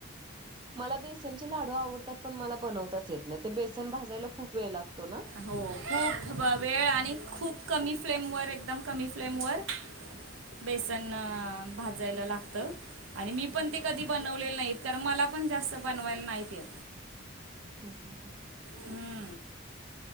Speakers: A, on the right; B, on the right.
A: मला बेसनचे लाडू आवडतात. पण मला बनवताच येत नाही. ते बेसन भाजायला खूप वेळ लागतो ना?
B: हो खूप वेळ आणि खूप कमी फ्लेमवर एकदम कमी फ्लेमवर-
A: ह <unintelligible>
B: बेसन भाजायला लागतय. आणि मी पण ते कधी बनवलेले नाहीत. कारण मला पण जास्त बनवायला नाहीत येत.
A: हं. हं. हं.
B: हम्म.